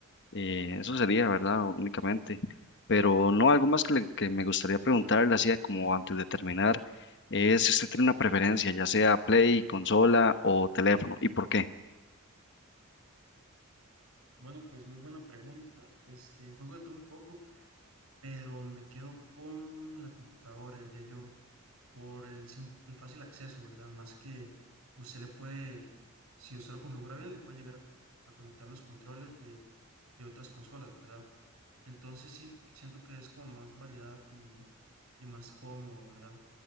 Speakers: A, on the left (about 55°); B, on the right (about 85°).
A: Eh, eso sería, ¿verdad? Únicamente. Pero no, algo más que, le- que me gustaría preguntarle, así como antes de terminar, es si usted tiene una preferencia, ya sea Play, consola o teléfono, ¿y por qué?
B: Bueno, pues muy buena pregunta. Este, juego de todo un poco, pero me quedo con la computadora, diría yo, por el, sim- el fácil acceso, ¿verdad? Más que usted le puede, si usted lo configura bien, le puede llegar a, a conectar los controles de, de otras consolas, ¿verdad? Entonces sí, siento que es como más variedad y, y más cómodo, ¿verdad?